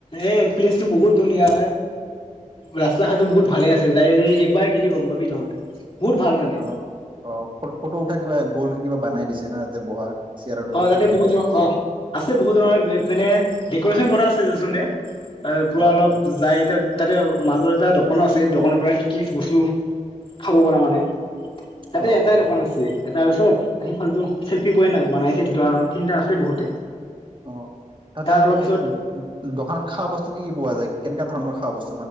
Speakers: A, on the left; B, on the right.
A: এ প্লেচটো বহুত ধুনীয়া। ৰাস্তা-ঘাটটো বহুত ভালে আছে যাই একবাৰেই গিলি গম পাবি তহঁতে বহুত ভাল মানে
B: অ', -অ' ফটো উঠা কিবা গ'ল কে কিবা বনাই দিছে ন তাতে বহা চেয়াৰত বহা
A: অ' তাতে
B: কিবা
A: বহুত ধৰণৰ অ' আছে, বহুত ধৰণৰ মানে ডেক'ৰেশচন কৰা আছে। ৰহচোন দে তাৰ পুৰা
B: অ'
A: অলপ
B: হয় হয়
A: লাইটত তাতে মাজৰ এটা দোকানো আছে, দোকানৰ পৰা কি, কি বস্তু খাব পাৰা মানে তাতে
B: অ'
A: এটাই দোকান আছে। এ তাৰ পিছত সিফালতটো চেল্ফি প নাই বনাই সেই দুটা, তিনিটা আছে বহুতে
B: অ' তাতে
A: তাৰ
B: আৰু
A: অলপ পিছত
B: এ দোকানত খোৱা বস্তু কি, কি পোৱা যায়। কেনেকা ধৰণৰ খোৱা বস্তু